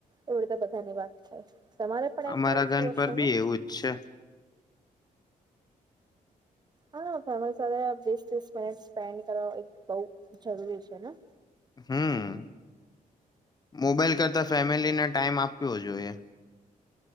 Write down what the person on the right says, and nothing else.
એવી રીતે બધાની વાત થાય, તમારે પણ
એમ થાય
તું
હશે
ને?
હા ફેમિલી સાથે વીસ ત્રીસ મિનિટ સ્પેન્ડ કરવા એક બઉ જરૂરી છે ને.